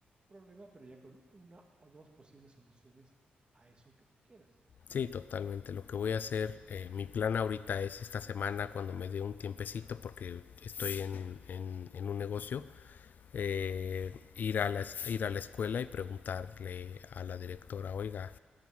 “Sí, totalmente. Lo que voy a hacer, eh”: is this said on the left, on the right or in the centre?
Left